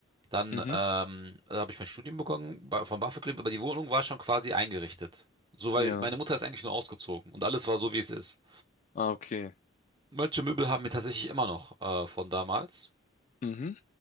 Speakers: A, on the right; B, on the left.
A: Dann
B: Mhm.
A: ähm, habe ich mein Studium begonnen bei, von BAföG, aber die Wohnung war schon quasi eingerichtet. So, weil
B: Ja.
A: meine Mutter ist eigentlich nur ausgezogen und alles war so, wie es ist.
B: Ah, okay.
A: Manche Möbel haben wir tatsächlich immer noch äh, von damals.
B: Mhm.